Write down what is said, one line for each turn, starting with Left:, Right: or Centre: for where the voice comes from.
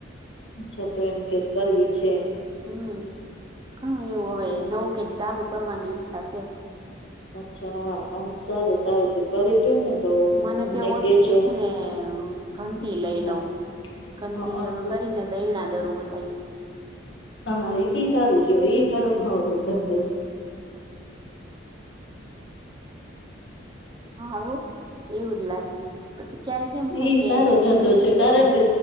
Left: અચ્છા તો એમ કે કરવી છે એમ
Right: હમ ઘણું હવે નવું કઈક ચાલુ કરવાની ઈચ્છા છે.
Left: અચ્છામ સારું સારું તે કરી લ્યો ને. તો
Right: મને
Left: અમને
Right: એવું
Left: કેજો.
Right: હતું કે છે ને ઘંટી લઈ
Left: હા
Right: લઉં, ઘંટી
Left: હા આમ તો
Right: કરીને દયણા દરું બધાઈને.
Left: હા એ સારું એ સારો ભાવ હતો.
Right: હા એવું જ લાગે, પછી ક્યારેક કેમ થાય
Left: ઈ
Right: કે
Left: સારો ધંધો
Right: ઈ નથી
Left: છે
Right: કરવું.
Left: કારણ કે